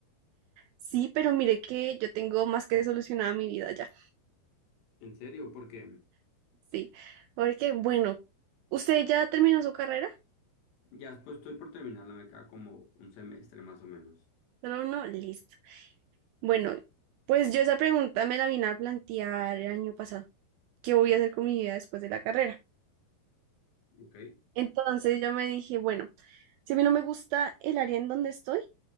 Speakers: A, on the right; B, on the left.
A: Sí, pero mire que yo tengo más que solucionada mi vida ya.
B: En serio, porque
A: Sí, porque bueno, ¿usted ya terminó su carrera?
B: ya después estoy por terminarla, me queda como un semestre más o menos,
A: Solo uno, listo. Bueno, pues yo esa pregunta me la vine a plantear el año pasado. ¿Qué voy a hacer con mi vida después de la carrera?
B: ¿ok?
A: Entonces yo me dije, bueno, si a mí no me gusta el área en donde estoy,